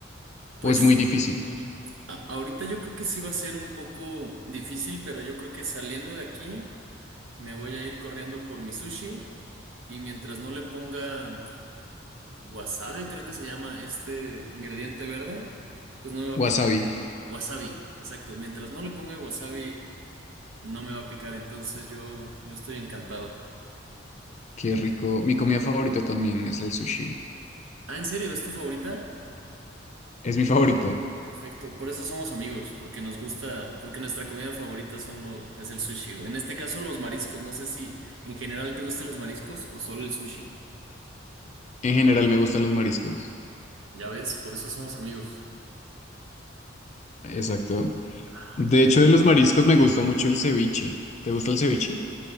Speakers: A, on the right (about 90°); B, on the left (about 35°).
A: Pues
B: o es muy difícil.
A: mm, a- ahorita yo creo que sí va a ser un poco difícil, pero yo creo que saliendo de aquí me voy a ir corriendo por mi sushi y mientras no le ponga wasabi, creo que se llama este ingrediente verde, pues no me va
B: Wasabi,
A: a picar. Wasabi, exacto. Mientras no le ponga wasabi, no me va a picar, entonces yo, yo estoy encantado.
B: qué rico. Mi comida favorita también es el sushi.
A: Ah, ¿en serio? ¿Es tu favorita?
B: Es mi favorita.
A: Perfecto, por eso somos amigos, porque nos gusta, porque nuestra comida favorita son lo, es el sushi. En este caso, los mariscos. No sé si en general te gusten los mariscos o solo el sushi.
B: En general me gustan los mariscos.
A: Ya ves, por eso somos amigos.
B: Exacto.
A: Ah,
B: De
A: perfecto.
B: hecho, de los mariscos me gusta mucho el ceviche. ¿Te gusta el ceviche?